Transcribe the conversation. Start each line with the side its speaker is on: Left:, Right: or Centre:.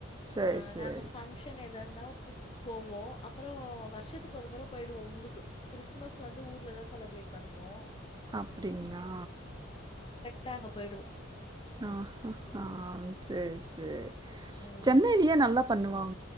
Right: சரி,
Left: ஆ
Right: சரி.
Left: நாங்க பங்க்ஷன் எதாருந்தா போவோ அப்றோ வருஷத்துக்கு ஒரு முற பொயிடுவோ ஊருக்கு கிறிஸ்மஸ் வந்து ஊர்ல தா செலபரேட் பண்ணுவோ
Right: அப்டிங்ளா
Left: டா அங்க பொயிடுவோ
Right: ஆ ஹ ஆ செரி சேரி
Left: ம்.
Right: சென்னைலயே நல்லா பண்ணுவாங்